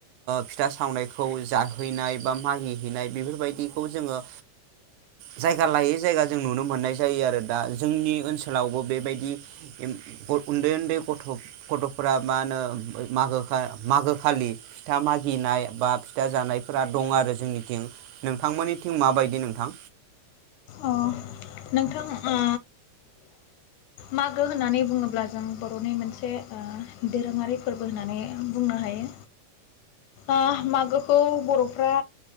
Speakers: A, on the right; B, on the left.
A: फिथा सावनायखौ जाहैनाय बा मागिहैनाय बेफोरबायदि खौ जोङो जायगा लायै जायगा जों नुनो मोननाय जायो आरो दा जोंनि ओनसोलावबो बेबायदि उन्दै उन्दै गथ' गथ'फोरा मा होनो मोगोखा मागो खालि फिथा मागिनाय बा फिथा जानायफोरा दं आरो जोंनिथिं नोंथांमोननिथिं माबायदि नोंथां
B: अ नोंथां ओ मागो होननानै बुङोब्ला जों बर'नि मोनसे ओ दोरोङारि फोरबो होननानै बुंनो हायो ओ मागोखौ बर'फ्रा